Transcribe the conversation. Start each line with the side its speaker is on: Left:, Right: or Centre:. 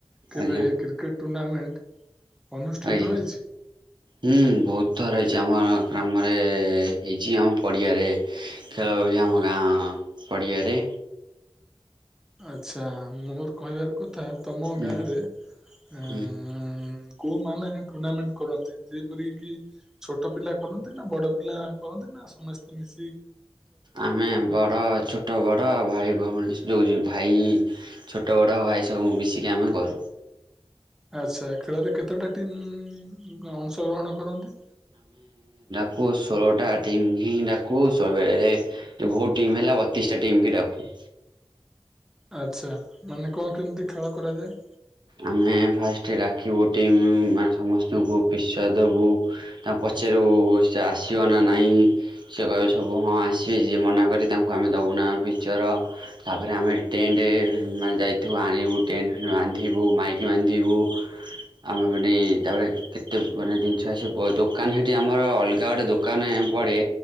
Centre: କେବେ
Right: ଆଜ୍ଞା
Centre: କ୍ରିକେଟ ଟୁର୍ଣ୍ଣାମେଣ୍ଟ ଅନୁଷ୍ଠିତ
Right: ଆଜ୍ଞା,
Centre: ହେଇଛି?
Right: ହୁଁ ବହୁତ ଥର ହେଇଛି। ଆମର ଗ୍ରାମରେ ହେଇଛି, ଆମ ପଡ଼ିଆରେ ଖେଳ ବି ଆମ ଗାଁ ପଡ଼ିଆରେ
Centre: ଆଛା, ମୋର କହିବାର କଥା, ତମ
Right: ଉଁ
Centre: ଗାଁରେ ଏଁ ଏଁ
Right: ହୁଁ
Centre: ଏଁ କୋଉ ମାନେ ହିଁ ଟୁର୍ଣ୍ଣାମେଣ୍ଟ କରନ୍ତି। ଯେପରି କିି ଛୋଟ ପିଲା କରନ୍ତି, ନା ବଡ ପିଲା କରନ୍ତି, ନା ସମସ୍ତେ ମିଶି
Right: ଆମେ ବଡ ଛୋଟ ବଡ ଭାଇ ଭଉଣୀ ଯଉ ଯଉ ଭାଇ ଛୋଟ ବଡ ଭାଇ ସବୁ ମିଶିକି ଆମେ କରୁ।
Centre: ଆଚ୍ଛା ଖେଳରେ କେତେଟା ଟିମ୍-ଇ-ଇମ୍ ଅଂଶଗ୍ରହଣ କରନ୍ତି?
Right: କଉ ଷୋହଳଟା ଟିମ୍ ହିଁ ଡାକୁ। ସବୁ ବେଳେ ବହୁ ଟିମ୍ ହେଲା ବତିଶ ଟା ଟିମ୍ କି ଡାକୁ।
Centre: ଆଛା, ମାନେ କଣ କେମିତି ଖେଳ କରାଯାଏ?
Right: ଆମେ ଫାଷ୍ଟ ରାଖିବୁଟିମ୍ ମାନେ ସମସ୍ତଙ୍କୁ ପିସୟ ଦବୁ ତାଙ୍କୁ ପ ଚେରୁ ସେ ଆସିବ ନା ନାହିଁ? ସେ କହିବେ ସବୁ ହଁ ଆସିବେ। ଯିଏ ମନା କରି ତାଙ୍କୁ ଆମେ ଦବୁନା ପିକ୍ଚର ତାପରେ, ଆମେ ଟେଣ୍ଟ ଏର ମାନେ ଯାଇଥିବୁ ଆଣିବୁ, ଟେଣ୍ଟ ଫେଣ୍ଟ ବାନ୍ଧିବୁ, ମାଇକ୍ ବାନ୍ଧିବୁ। ଆମେ ମାନେ, ତାପରେ କେତେ ମାନେ ଦିନଷ ଆସି ଦୋକାନ ହେଠି ଆମର, ଅଲଗା ଗୋଟେ ଦୋକାନ ପଡ଼େ,